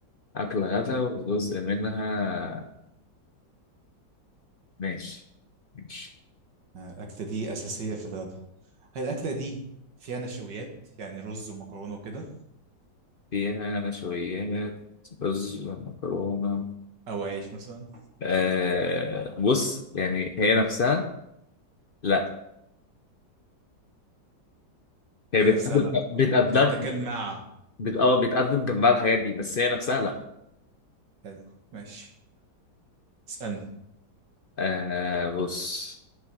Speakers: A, on the left (about 55°); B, on the right (about 75°).
A: اكله غدا وجزء منها ماشي ماشي
B: آه، الأكلة دي أساسية في الغداء هي الأكلة دي فيها نشويات يعني رز ومكرونة وكده
A: فيها نشويات رز مكرونه
B: أو عيش مثلا
A: آه بص يعني هي نفسها لا هي
B: هي
A: بتقدم
B: نفسها لأ
A: بتقدم
B: بتتاكل مع
A: بت... اه بتقدم جنبها الحاجات دي بس هي نفسها لا
B: حلو ماشي اسألني
A: آه بص